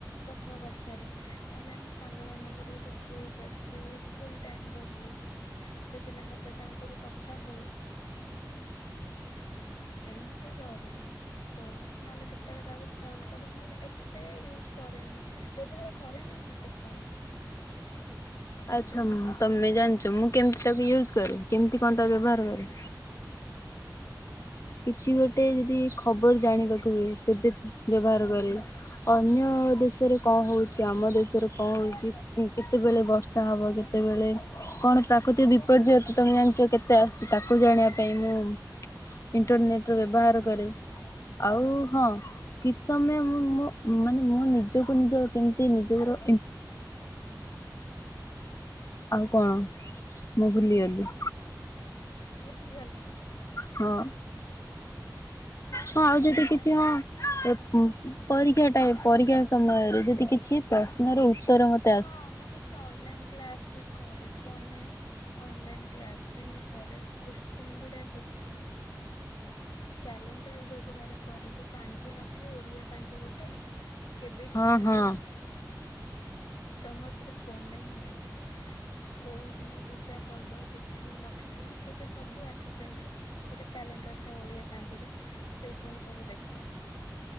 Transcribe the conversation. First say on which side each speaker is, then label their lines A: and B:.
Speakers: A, on the left; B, on the left.
A: ପ୍ରଶ୍ନ ପଚାରେ ନହେଲେ ଆମେ ସାଙ୍ଗମାନଙ୍କର ଗୋଟେ ଗ୍ରୁପ୍ ଅଛି ସ୍କୁଲ୍ ଟାଇମ୍ ର ଗ୍ରୁପ୍। ସେ ପିଲାଙ୍କ ସହିତ ଆମେ ସବୁ କଥା ହେଉ। ଏମିତି କରେ। ଫୋନ୍ ନହେଲେ କେତେବେଳେ କାହାକୁ ଫୋନ୍ କରେ ନହେଲେ ଏତେ ୟୁଜ୍ କରେନି। ବ୍ୟବହାର କରନି ମୁଁ ଏତେ ଫୋନ।
B: ଆଚ୍ଛା, ତମେ ଜାଣିଛ ମୁଁ କେମିତି ତାକୁ ୟୁଜ୍ କରେ କେମିତି କଣ ତାକୁ ବ୍ୟବହାର କରେ।
A: କେମିତି
B: କିଛି ଗୋଟେ ଯଦି ଖବର ଜାଣିବାକୁ ହୁଏ ତବେ ବ୍ୟବହାର କରେ। ଅନ୍ୟ ଦେଶରେ କଣ ହଉଛି ଆମ ଦେଶରେ କଣ ହଉଛି କେତେବେଳେ ବର୍ ବର୍ଷା ହେବ କେତେବେଳେ? କଣ ପ୍ରାକୃତିକ ବିପର୍ଯ୍ୟୟ ତ ତମେ ଜାଣିଛ କେତେ ଆସୁ ତାକୁ ଜାଣିବା ପାଇଁ ମୁଁ ଇଣ୍ଟରନେଟ ର ବ୍ୟବହାର କରେ ଆଉ ହଁ କିଛି ସମୟ ମୁ ମାନେ ମୁଁ ନିଜକୁ ନିଜ କେମିତି ନିଜର ଆଉ କଣ ମୁଁ ଭୁଲିଗଲି?
A: ବୁଝିଗଲା
B: ହଁ
A: ଫୋନ୍
B: ହଁ ଆଉ
A: ଟା
B: ଯଦି କିଛି ହଁ ପରୀକ୍ଷା ଟାଇ ପରୀକ୍ଷା ସମୟରେ ଯଦି କିଛି ପ୍ରଶ୍ନର ଉତ୍ତର ମତ
A: ହଁ ମୁଁ କିଛି ଅନଲାଇନ୍ କ୍ଲାସ୍ ବି କରେ ଫୋନରେ ଅନଲାଇନ୍ କ୍ଲାସ୍ ବି ମୁଁ କରେ କୋଶ୍ଚିନ୍ ଗୁଡ଼ା ଦେଖେ କ୍ୟାଲେଣ୍ଡର ବ୍ୟବହାର କରେ ଯୋଉ ପାଞଜି ନଥାଏ ଓଡିଆ ପାଞ୍ଜି ଗୋଟେ କେବେ
B: ହଁ
A: କଣ?
B: ହଁ
A: ତମର ସେଠ ଫୋନ ହିଁ ଅଛି କୋଉ ଦିନ ପୂଜା ପର୍ବ ତିଥି ନ କକ୍ଷତ୍ର ସେଇତ ସବୁ ଆସିଯାଏ ନା ଗୋଟେ କ୍ୟାଲେଣ୍ଡର ଥାଏ ଓଡ଼ିଆ ପାଞ୍ଜିରେ ସେଇଥିରେ ମୁଁ ସବୁ ଦେଖେ